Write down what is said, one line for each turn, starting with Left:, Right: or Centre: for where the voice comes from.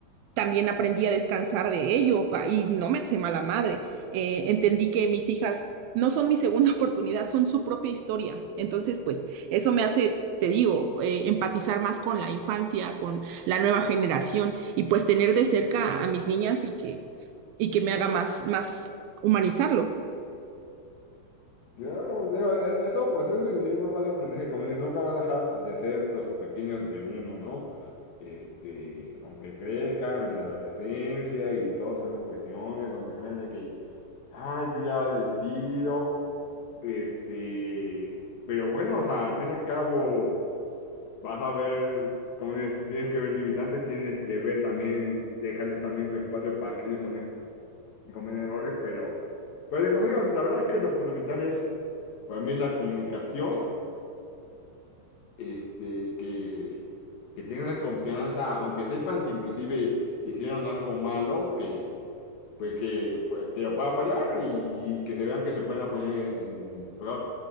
Right: También aprendí a descansar de ello pa- y no me hace mala madre. Eh, entendí que mis hijas no son mi segunda <laughs> oportunidad, son su propia historia. Entonces, pues eso me hace... Te digo, eh, empatizar más con la infancia, con la nueva generación y pues tener de cerca a mis niñas y que, y que me haga más, más humanizarlo.
Left: Claro, digo, es, es todo un proceso y siempre pasa a aprender como si nunca van a dejar de ser los pequeños de uno, ¿no? Este, aunque crezcan en la adolescencia y todas esas cuestiones donde creen de que, ay, yo ya decido, este, pero bueno, o sea, al fin y al cabo vas a ver, como dices, tienes que ver limitantes, tienes que ver también, dejarles también su espacio para que ellos también cometan errores, pero, pero como digo, la verdad que lo fundamental es para mí es la comunicación, este, que, que tengan la confianza, aunque sepan que inclusive hicieron algo malo, que pues que, pues, que lo puedan apoyar y que se vean que se pueden apoyar en,